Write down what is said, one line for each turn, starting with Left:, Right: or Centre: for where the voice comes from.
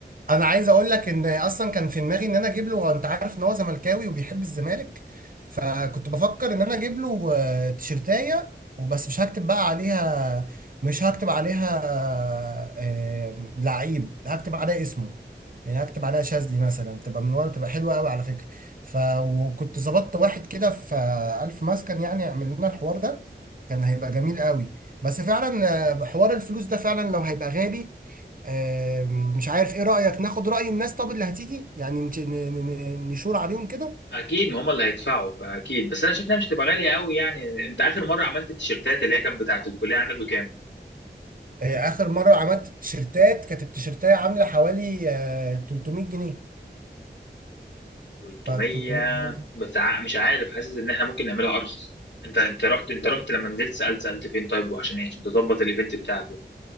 Right: انا عايز اقول لك ان اصلا كان في دماغي ان انا اجيب له وانت عارف ان هو زملكاوي وبيحب الزمالك فكنت بفكر ان انا اجيب له آه، تيشرتايه وبس مش هكتب بقى عليها مش هكتب عليها آه، لعيب هكتب عليها اسمه يعني هكتب عليها شاذلي مثلا تبقى من ورا تبقى حلوه قوي على فكره ف وكنت ظبطت واحد كده في آه، الف مسكن يعني يعمل لنا الحوار ده كان هيبقى جميل قوي بس فعلا آه، حوار الفلوس ده فعلا لو هيبقى غالي آم، مش عارف ايه رأيك ناخد رأي الناس طب اللي هتيجي يعني نش- ن- ن- ن- نشور عليهم كده
Left: اكيد ما هم اللي هيدفعوا فاكيد بس انا شايف انها مش هتبقى غاليه قوي يعني انت اخر مره عملت التيشيرتات اللي هي كانت بتاعه الكليه عندك بكام
Right: آه، اخر مرة عملت التيشيرتات كانت التيشيرتاية عاملة حوالي آه، 300 جنيه
Left: 300
Right: ف 300 جنيه
Left: بس ع- مش عارف حاسس ان احنا ممكن نعملها ارخص انت انت رحت انت رحت لما نزلت سالت سالت فين طيب وعشان ايه عشان تظبط الايفنت بتاعك ده